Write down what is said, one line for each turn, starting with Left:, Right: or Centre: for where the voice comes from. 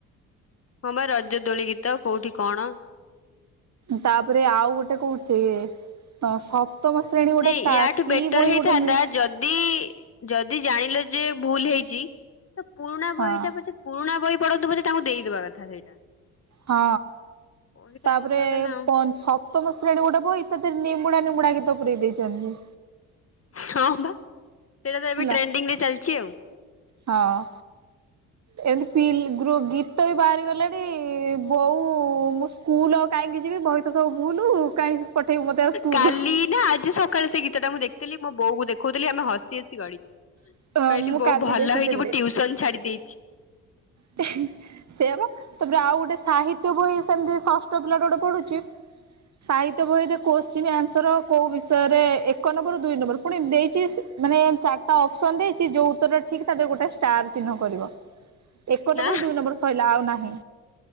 Left: ହଁ ବା ରଜ ଦୋଳି ଗୀତ କୋଉଠି କଣ?
Right: ତାପରେ ଆଉ ଗୋଟେ କୋଉଥି ସ ତମ ଶ୍ରେଣୀ। ଗୋଟେ
Left: ନାଇଁ
Right: କା
Left: ୟାଠୁ
Right: କି
Left: ବେଟର
Right: ବହି
Left: ହେଇଥାନ୍ତା
Right: ଗୋଟେ ମିଳିଛି
Left: ଯଦି ଯଦି ଜାଣିଲ ଯେ ଭୁଲ ହେଇଛି ତ ପୁରୁଣା
Right: ହଁ
Left: ବହି ଟା ପଛେ ପୁରୁଣା ବହି ପଢନ୍ତୁ ପଛେ ତାଙ୍କୁ ଦେଇଦବା କଥା ସେଇଟା।
Right: ହଁ
Left: ବହିଟା
Right: ତାପରେ
Left: ଦେଇଦବା କଥା ନା ଆଉ
Right: ସ ତମ ଶ୍ରେଣୀ ଗୋଟେ ବହି ଇତଦରେ ନିମୁଡା ନିମୁଡ଼ା ଗୀତ ପୁରେଇ ଦେଇଛନ୍ତି।
Left: ହଁ ବା ସେଇଟା ତ ଏବେ
Right: ହେଲା
Left: ଟ୍ରେଣ୍ଡିଙ୍ଗ ରେ ଚାଲିଛି ଆଉ।
Right: ହଁ। <unintelligible> ଗୀତ ବି ବାହାରି ଗଲାଣି, ବୋଉ ମୁଁ ସ୍କୁଲ କାହିଁକି ଯିବି? ବହିତ ସବୁ ଭୁଲ୍ କାହିଁକି? ପଠେଇବୁ ମତେ ଆଉ ସ୍କୁଲ
Left: କାଲି ନା ଆଜି ସକାଳେ, ସେ ଗୀତଟା ମୁଁ ଦେଖିଥିଲି। ମୋ ବୋଉକୁ ଦେଖଉଥିଲି, ଆମେ ହସି ହସି ଗଡିଛୁ। ମୁଁ
Right: ହଁ
Left: କହିଲି,
Right: ମୁଁ
Left: ବୋଉ
Right: କାଲି
Left: ଭଲ
Right: ଦେଖୁଥିଲି।
Left: ହେଇଛି। ମୁଁ ଟ୍ୟୁସନ ଛାଡି ଦେଇେଛି।
Right: <unintelligible> ସେୟାବା, ତାପରେ ଆଉ ଗୋଟେ ସାହିତ୍ୟ ବହି। ସେମିତି ଷଷ୍ଠ ପିଲା ଟା ଗୋଟେ ପଢୁଛି। ସାହିତ୍ୟ ବହିରେ କୋଶ୍ଚିନ୍ ଆନ୍ସର। କୋଉ ବିଷୟରେ ଏକ ନମ୍ବର, ଦୁଇ ନମ୍ବର ପୁଣି ଦେଇଛି। ମାନେ, ଚାରିଟା ଅପ୍ସନ୍ ଦେଇଛି। ଯୋଉ ଉତ୍ତର ଠିକ୍, ତା ଦେହରେ ଗୋଟେ ଷ୍ଟାର ଚିହ୍ନ କରିବ। ଏକ
Left: ନା।
Right: ନମ୍ବର, ଦୁଇ ନମ୍ବର ସରିଲା। ଆଉ ନାହିଁ।